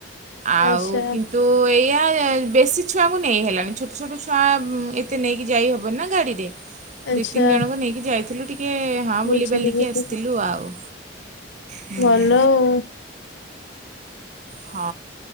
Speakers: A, on the right; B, on the left.
A: ଆଉ
B: ଆଚ୍ଛା
A: କିନ୍ତୁଉଉ ଏଇଆ <inaudible> ବେଶୀ ଛୁଆଙ୍କୁ ନେଇ ହେଲାନି ଛୋଟ ଛୋଟ ଛୁଆ ଏତେ ନେଇକି ଯାଇହବନି ନା ଗାଡ଼ିରେ।
B: ଆଚ୍ଛା
A: ଦି ତିନି ଜଣଙ୍କୁ ନେଇକି ଯାଇଥିଲୁ ଟିକ୍ ଟିକଏ ହଁ
B: ବୁଝିଲି
A: ବୁଲିବାଲିକି
B: ବୁଝିଲି
A: ଆସିଥିଲୁ ଆଉ ହୁଁ
B: ଭଲ ଆଉ।
A: ହଁ।